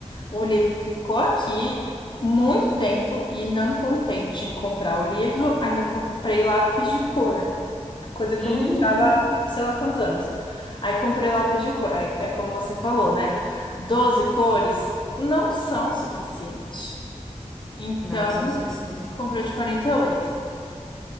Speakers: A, on the left; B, in the centre.
A: o livro ficou aqui muito tempo e não contente em comprar o livro, ainda comprei lápis de cor, coisa
B: Uhum.
A: que eu não comprava há sei lá quantos anos. Aí comprei lápis de cor, aí é como você falou, né? 12 cores não são suficientes. Então,
B: Não, são suficientes.
A: Comprei o de 48.